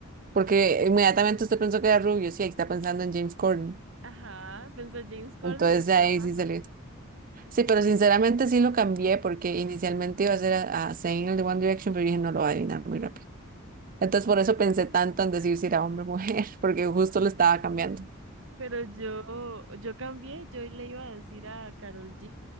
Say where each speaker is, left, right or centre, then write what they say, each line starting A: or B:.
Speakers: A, on the right (about 40°); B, on the right (about 60°).
A: Porque inmediatamente usted pensó que era rubio, sí, ahí está pensando en James Corden.
B: Ajá, pensó James Corden
A: Entonces
B: o Jimmy
A: de ahí
B: Fallon.
A: sí salió. Sí, pero sinceramente sí lo cambié porque inicialmente iba a ser a, a Zayn, el de One Direction, pero dije no lo va a adivinar muy rápido. Entonces por eso pensé tanto en decir si era hombre o mujer, <laughs> porque justo lo estaba cambiando.
B: Pero yo, yo cambié, yo le iba a decir a Carol G.